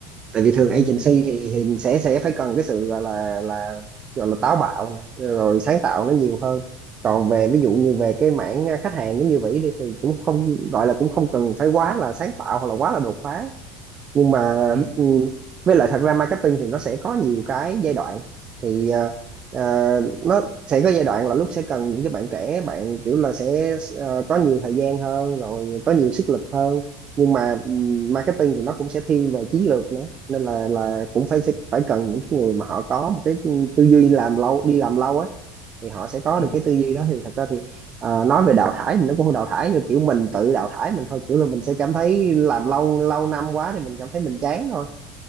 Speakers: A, on the right; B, on the right.
A: tại vì thường
B: Ừ,
A: agency thì thì sẽ sẽ phải cần cái sự gọi là là gọi là táo bạo nè rồi sáng tạo nó nhiều hơn còn về ví dụ như về cái mảng à, khách hàng giống như vậy đi thì cũng không gọi là cũng không cần phải quá là sáng tạo hoặc là quá là đột phá nhưng mà
B: ừ,
A: ừ, với lại thật ra marketing thì nó sẽ có nhiều cái giai đoạn thì ờ, ờ, nó sẽ có giai đoạn là lúc sẽ cần những cái bạn trẻ bạn kiểu là sẽ ờ, có nhiều thời gian hơn rồi có nhiều sức lực hơn nhưng mà ừ, marketing thì nó cũng sẽ thiên về chiến lược nữa nên là là cũng phải phải cần những cái người mà họ có một cái tư duy làm lâu đi làm lâu á thì họ sẽ có
B: ừ.
A: được cái tư duy đó thì thật ra thì ờ, nói về đào thải thì nó cũng không đào thải như kiểu mình tự đào thải mình thôi kiểu là mình sẽ cảm thấy làm lâu lâu năm quá thì mình cảm thấy mình chán thôi